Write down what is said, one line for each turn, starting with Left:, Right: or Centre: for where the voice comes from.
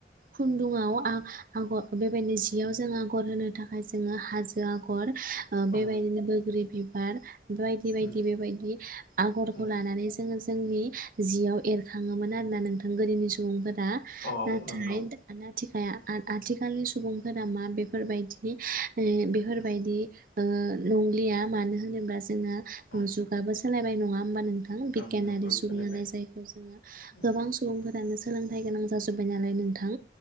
Right: खुन्दुंआव आ-आग' बेबायदिनो जियाव जों आगर होनो थाखाय जोंङो हाजो आगर ओ बेबायदिनो
Left: औ
Right: बैग्रि बि बार बायदि बायदि
Left: उम
Right: बेबायदि आगरखौ
Left: उम
Right: लानानै जोङो जोंनि जियाव एरखाङोमोन आरोना नोंथां गोदोनि सुबुंफोर रा
Left: औ
Right: नाथाय
Left: नंगौ
Right: दाना थिखाया आ-आथिखालनि सुबुंफोरा मा बेफोरबायदि <unintelligible> ओ बिफोर
Left: उम
Right: बायदि ओ नंलिया मानो होनोबा जोंहा
Left: औ
Right: जुगाबो सो सोलायबाय नङा होमबा? नों थां बिगियानारि
Left: औ नंगौ
Right: जुगनालाय
Left: सोलायबाय
Right: जायखौ जोङो
Left: उम
Right: गोबां सुबुंफोरानो सोलोंथाइ गोनां जाजोब्बाय नालाय नोंथां।